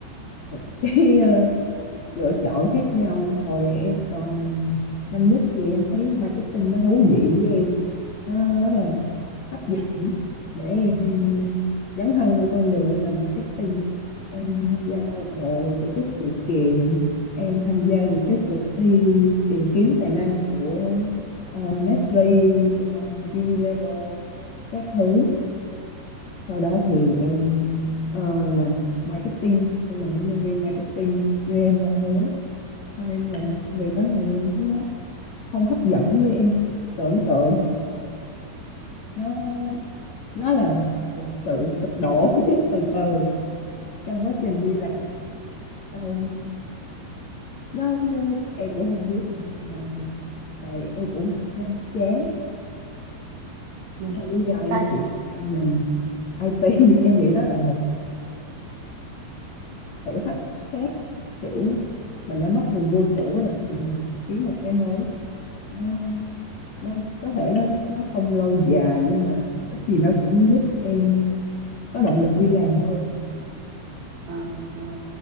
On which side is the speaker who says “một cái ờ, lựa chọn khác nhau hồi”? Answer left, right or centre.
Left